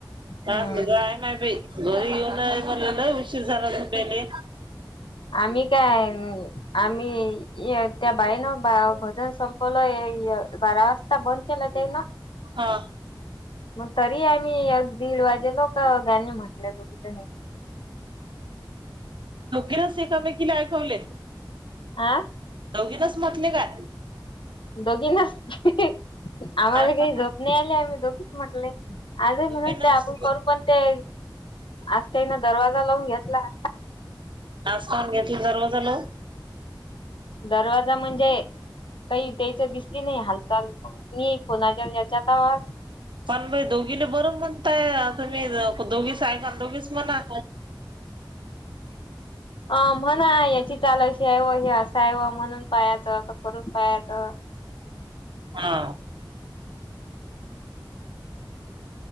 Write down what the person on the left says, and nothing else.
हम्म.
आम्ही काय आम्ही त्या बाईनं बा भजन संपवलं बारा वाजता बंद केलं ते ना
मग तरी आम्ही दीड वाजेलो का गानी म्हटलेय दोघी जणी.
हा
दोघी ना आम्हाला
काही
झोप नाही आले आम्ही दोघीच म्हटले. आजही म्हणत
ते आपण करू पण ते असतंय ना दरवाजा लावून घेतला.
दरवाजा म्हणजे काही त्यायचं दिसली नाही हालचाल? मी फोनाच्या याच्या <unintelligible>
अ म्हणा याची चाल अशी आहे व हे असा आहे व म्हणून पायाचं असं करून पायाचं.